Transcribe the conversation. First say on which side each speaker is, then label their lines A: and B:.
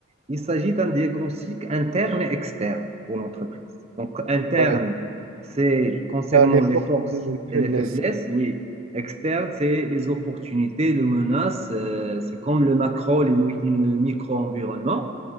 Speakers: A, on the right; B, on the right.
A: il s'agit d'un diagnostic interne et externe pour l'entreprise. Donc, interne,
B: Ouais.
A: c'est concernant
B: Ah, Les
A: les
B: forces
A: forces
B: et les
A: et
B: faiblesses.
A: les faiblesses, oui. Externe, c'est les opportunités, les menaces, euh, c'est comme le macro, le mi- le micro-environnement.